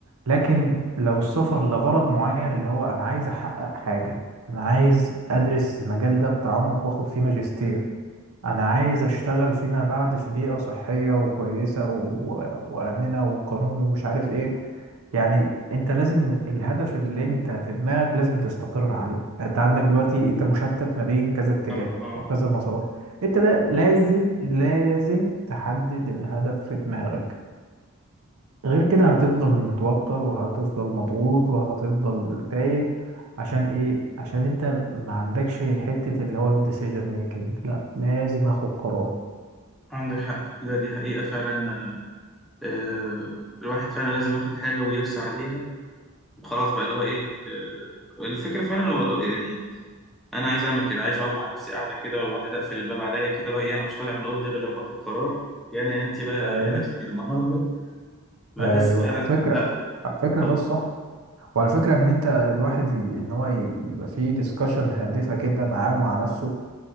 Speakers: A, on the right; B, in the centre.
A: لكن لو السفر لغرض معين اللي هو انا عايز احقق حاجة انا عايز ادرس المجال ده بتعمق واخد فيه ماجستير انا عايز اشتغل فيما بعد في بيئة صحية وكويسة و... وآمنة وقانون ومش عارف ايه يعني انت لازم الهدف اللي انت في دماغك لازم تستقر عليه يعني انت عندك دلوقتي انت مشتت ما بين كذا اتجاه
B: اه
A: او كذا مسار انت لا لازم لازم تحدد الهدف في دماغك غير كده هتفضل متوتر وهتفضل مضغوط وهتفضل تايه عشان ايه عشان انت ما عندكش حتة اللي هو الديسيجن ميكنج لا لازم اخد قرار
B: عندك حق لا دي حقيقه فعلا آه الواحد فعلا لازم ياخد حاجه ويرسى عليها وخلاص بقى اللي هو ايه آه الفكره فعلا هو- يعني انا عايز اعمل كده عايز اقعد مع نفسي قاعده كده وواحد اقفل الباب عليا كده لو ايه انا مش طالع من الاوضه دي غير لما اخد قرار يا انا يا انت بقى
A: ايوه
B: يا نفسي النهارده بحس
A: ايوه
B: فعلا
A: على فكره
B: اخد
A: على فكره
B: آه،
A: ده الصح وعلى فكره ان انت الواحد ي... ان هو ي... يبقى فيه ديسكشن هادفه كده معاه ومع نفسه